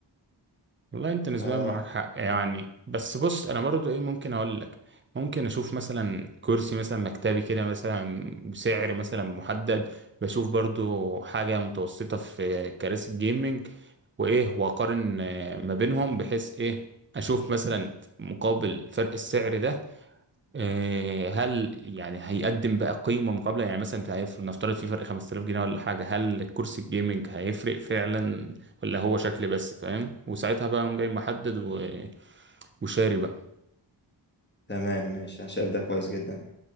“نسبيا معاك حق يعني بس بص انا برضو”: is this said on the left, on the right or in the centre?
Right